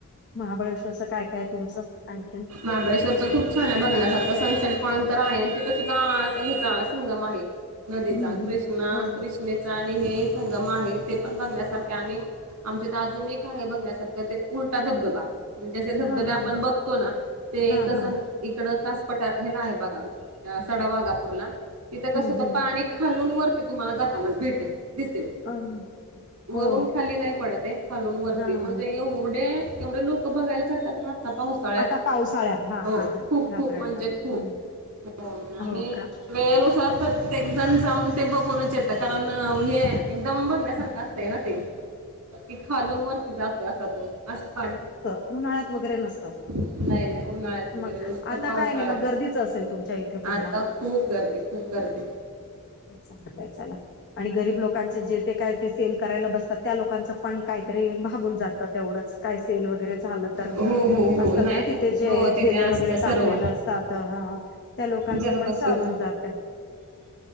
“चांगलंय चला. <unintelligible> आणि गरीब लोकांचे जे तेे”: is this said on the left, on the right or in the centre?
Left